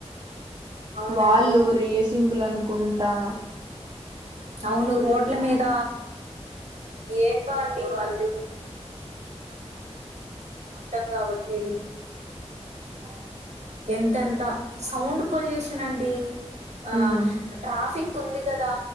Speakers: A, on the right; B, on the right.
A: అవునండి
B: వాళ్ళు రేసింగ్లనుకుంటా
A: అవును రోడ్ల మీద ఏంటో అండి వాళ్ళు అర్థం కావట్లేదు
B: ఆ
A: ఎంతెంత సౌండ్ పొల్యూషన్ అండి ఆ
B: ఉమ్
A: ట్రాఫిక్ ఉంది కదా